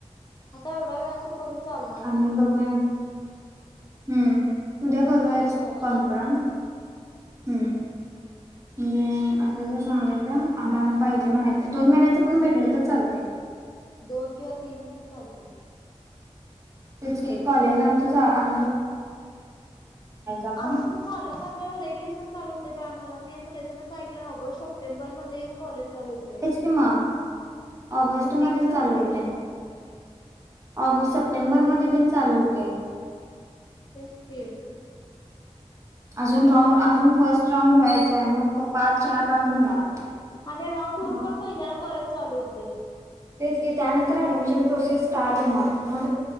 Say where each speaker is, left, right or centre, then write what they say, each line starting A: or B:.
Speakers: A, on the left; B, on the right.
A: आता एवढ्या वेळान तर करून चालणार नाही.
B: आणि बघूया हम्म उद्या करूयाच
A: सकाळी करूया
B: कॉन्फरन्स हम्म म्हणजे असं
A: चाल
B: जर सांगायच आम्हाला पाहिजे म्हणायच दोन महिन्याच पण भेटल तर चालतय.
A: दोन किंवा तीनच पण चालतय.
B: तेच की कॉलेजला आमच चा आ आपण
A: आणि गं कॉलेज आपल्याला लई दिवसान चालू होतय बाळ मला मी अस लई जणांचं ऐकल्या ऑगस्ट, सप्टेंबर मध्ये कॉलेज चालू होते
B: हेचकी मा ऑगस्ट
A: अजून
B: मध्येच
A: तीन तरी
B: चालू
A: महिने
B: होतय.
A: आहेत
B: ऑगस्ट, सप्टेंबर
A: तेच कि
B: मध्ये तेन चालू होतेय.
A: तेच की
B: अजून राऊंड अजून फर्स्ट राऊंड व्हायचाय मग प पाच, चार राऊंड होणार.
A: आणि राऊंड होवून
B: मग
A: पण महिन्याला कॉलेज चालू हुतय.
B: तेच की त्यानंतर ऍडमिशन प्रोसेस स्टार्ट होणार म